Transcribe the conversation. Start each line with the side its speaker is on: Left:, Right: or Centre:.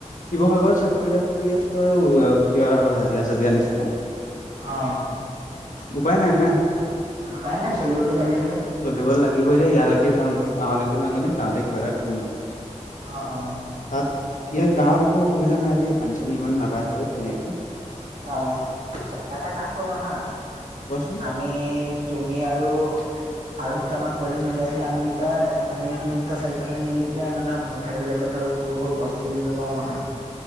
Left: শিৱসাগৰত চাকৰিডাল কৰি আছোঁ আৰু কিবা আৰু হাজিৰা চাজিৰা নিচিনা
Right: অ।
Left: উপায় নাই না
Right: উপায় নাই চলিবতো লাগিবই।
Left: চলিব লাগিবই এ ইয়ালেকে যাওঁগৈ, গাঁৱলৈকে যাওঁগৈ নি, গাঁৱতে কিবা এটা কৰিম আৰু।
Right: অ' অ'।
Left: তাত ইয়াত গাঁৱত একো অসুবিধা নাই দেই, পানী চানী ইমান নাবাঢ়েও ধুনীয়াকে।
Right: অ এটা কাম কৰো আহা।
Left: কোৱাচোন।
Right: আমি তুমি আৰু আৰু দুটামান পোৱালি মিলাই পেলাই আমি দুটা আমি তিনিটা চাৰিটা মান মিলি পেলাই, মানে মথাউৰি বিলাকত ধৰ সৰু সৰু গছ পুলি লগাও আহা।